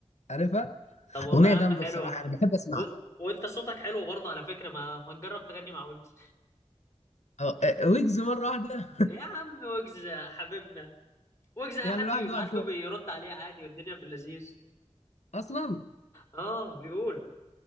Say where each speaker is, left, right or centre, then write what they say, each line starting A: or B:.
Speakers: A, on the left; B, on the left.
A: عارفها
B: طب والله
A: اغنيه
B: يا عم
A: جامده
B: حلوه
A: بصراحه انا بحب اسمعها
B: و... وانت صوتك حلو برضه على فكره ما ما تجرب تغني مع ويجز
A: أه، أه، ويجز مره واحده
B: يا عم ويجز حبيبنا ويجز
A: <laughs>
B: اي
A: يعني
B: حد
A: الواحد
B: بيبعت
A: وقته
B: له بيرد عليه عادي والدنيا في اللذيذ
A: اصلا
B: اه بيقولوا